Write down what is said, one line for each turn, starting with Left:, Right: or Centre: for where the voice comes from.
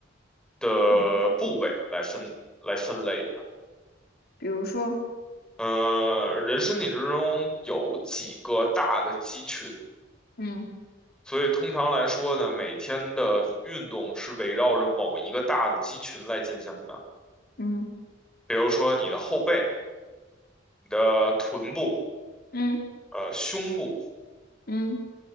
Centre: 的部位来分来分类的。
Left: 嗯，比如说，
Centre: 呃，人身体之中有几个大的肌群，
Left: 嗯
Centre: 所以通常来说呢，每天的运动是围绕着某一个大的肌群来进行的。
Left: 嗯
Centre: 比如说你的后背、你的臀部、
Left: 嗯
Centre: 呃胸部。
Left: 嗯